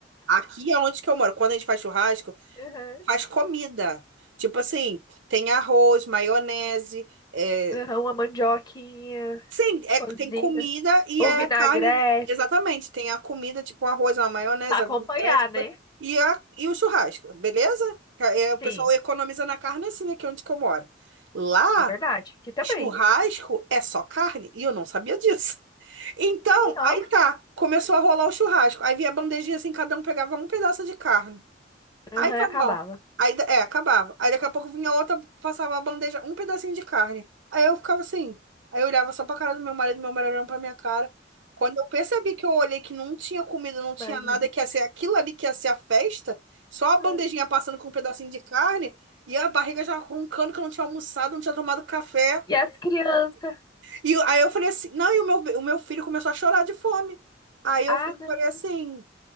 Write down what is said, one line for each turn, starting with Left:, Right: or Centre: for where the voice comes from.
Right: aqui é onde que eu moro, quando a gente faz churrasco,
Left: aham.
Right: faz comida. Tipo assim, tem arroz, maionese, é,
Left: Aham, uma mandioquinha
Right: Sim, é,
Left: cozida.
Right: tem comida e
Left: ou
Right: é
Left: vinagrete.
Right: carne. Exatamente, tem a comida, tipo arroz, uma maionese,
Left: Pra acompanhar,
Right: uma vinagrete,
Left: né?
Right: e, a, e o churrasco, beleza? É, o pessoal
Left: Sim,
Right: economiza na carne assim, aqui onde que eu moro. Lá,
Left: é verdade. Que também.
Right: churrasco é só carne, e eu não sabia disso. Então,
Left: E ó,
Right: aí tá, começou a rolar o churrasco. Aí vinha a bandejinha assim, cada um pegava um pedaço de carne.
Left: aham,
Right: Aí tá
Left: acabava.
Right: bom. Aí, da- é, acabava. Aí daqui a pouco vinha outra, passava a bandeja, um pedacinho de carne. Aí eu ficava assim. Aí eu olhava só pra cara do meu marido, meu marido olhando pra minha cara. Quando eu percebi que eu olhei que não tinha comida, não tinha
Left: Imagina.
Right: nada, que ia ser aquilo ali que ia ser a festa, só a bandejinha
Left: Ah.
Right: passando com um pedacinho de carne e a barriga já roncando que eu não tinha almoçado, não tinha tomado café.
Left: E as crianças?
Right: E o- aí eu falei assim, não, e o meu, o meu filho começou a chorar de fome. Aí eu
Left: Ah,
Right: fui-
Left: não.
Right: falei assim,